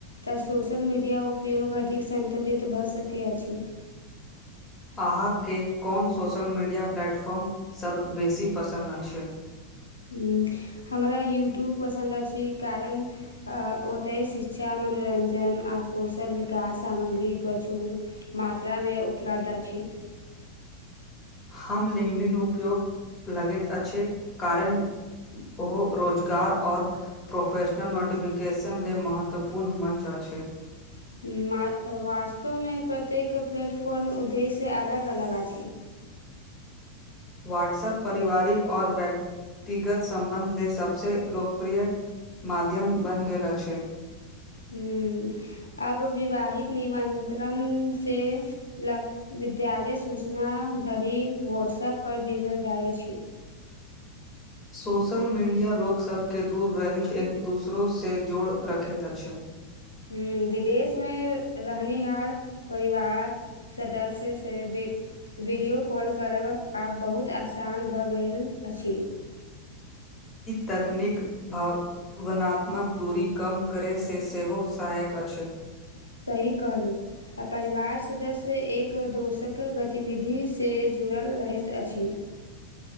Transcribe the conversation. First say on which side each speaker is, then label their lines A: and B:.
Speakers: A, on the left (about 80°); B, on the left (about 20°).
A: तऽ सोशल मीडिया उपयोग अधिक सं सन्तुलित भऽ सकै अछि
B: अहाँके कोन सोशल मीडिया प्लेटफॉर्मसभ बेसी पसन्द अछै
A: हू हमरा यूट्यूब पसन्द अछि कारण अ ओतय शिक्षाम मनोरञ्जन आ कौशल विकास सामग्री प्रचुर मात्रामे उपलब्ध अछि <inaudible>
B: हम लिंगडिन उपयोग लगैत अछि कारण ओ रोजगार ओर प्रोफेश नोटिफिकेशन लेल महत्वपूर्ण मञ्च अछै
A: हू मा वास्तवमे प्रत्येक प्लेटफॉर्म उद्देश्य अलग अलग अछि <inaudible>
B: व्हट्सएप पारिवारिक और व्यक्तिगत संबन्ध लेल सबसे लोकप्रिय माध्यम बन गेल अछै
A: हू अब विवाहिक निमंत्रण से लक विद्यालय सूचना धरी वॉट्सऐप पर भेजल जाइ अछै
B: सोशल मीडिया लोकग सबबके दूर रहहित एक दूसरो से जोड़ रखैत अछै
A: हूं विदेश मे रहनिहार परिवार सदस्य से वीडियो कॉल करब आब बहुत आसान भ गेल अछि
B: तकनीक भाव वनात्मक दूरी के कम करै से सेहो सहायक अछै
A: सही कहलहु आ परिवार सदस्य एक दोषक गतिविधि से जुड़ल रहैत अछि